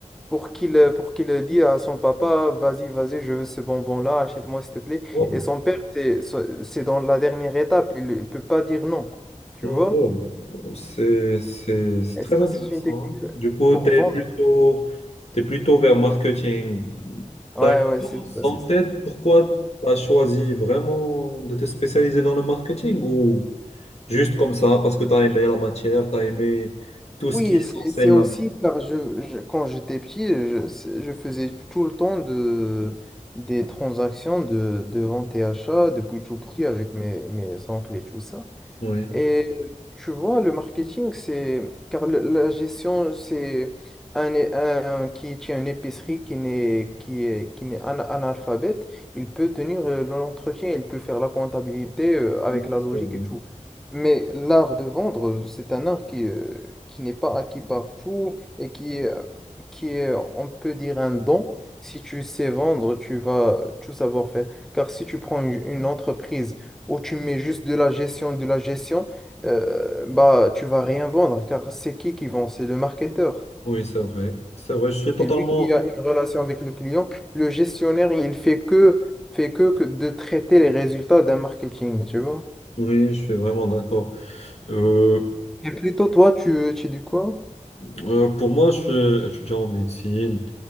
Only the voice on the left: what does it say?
Oh,
oh,
oh, c'est, c'est, c'est
très
intéressant.
hein. Du coup,
t'es
plutôt, t'es plutôt vers marketing.
T'as
une
chose
en
tête, pourquoi t'as choisi vraiment de te spécialiser dans le marketing ou juste comme ça, parce que t'as aimé la matière, t'as aimé tout
ce qui est
censé
là-bas?
Oui.
Oui,
c'est vrai.
Oui, c'est vrai. C'est vrai, je suis totalement...
Oui, je suis vraiment d'accord. Euh,
euh, pour moi, je suis étudiant en médecine.